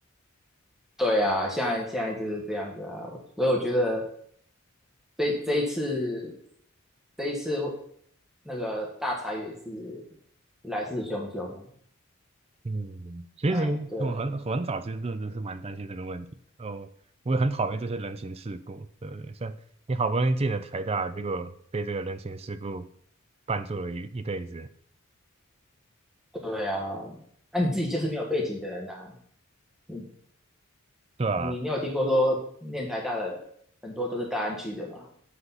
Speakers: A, in the centre; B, on the right.
A: 对啊，现在现在就是这样子啊，所以我觉得这这一次这一次会那个大裁员是来势汹汹啊。
B: 嗯，其实我很很早其实真的是蛮担心这个问题的哦，
A: 哎，对
B: 我也很讨厌这些人情世故，对不对？像你好不容易进了台大，结果被这个人情世故绊住了一一辈子，
A: 对啊，那、你自己就是没有背景的人啊，你
B: 对啊，
A: 你你有听过说念台大的很多都是大安区的吗？